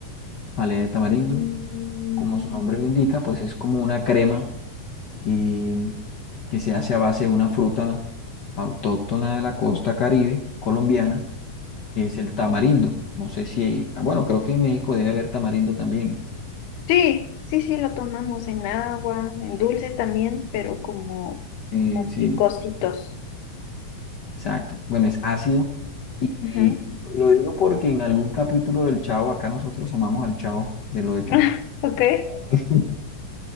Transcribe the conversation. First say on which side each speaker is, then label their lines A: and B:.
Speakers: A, on the left (about 60°); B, on the left (about 80°).
A: jalea de tamarindo,
B: Mm,
A: como su nombre lo indica, pues es como una crema y que se hace a base de una fruta autóctona de la costa Caribe colombiana, que es el tamarindo. No sé si, hay- ah, bueno, creo que en México debe haber tamarindo también.
B: Sí, sí, sí, lo tomamos en agua, en dulces también, pero como,
A: Sí,
B: como
A: sí,
B: picositos.
A: exacto. Bueno, es ácido. Y,
B: Ujú.
A: y lo digo porque en algún capítulo del Chavo, acá nosotros amamos al Chavo del Hoyo.
B: <laughs> Ok.
A: <laughs>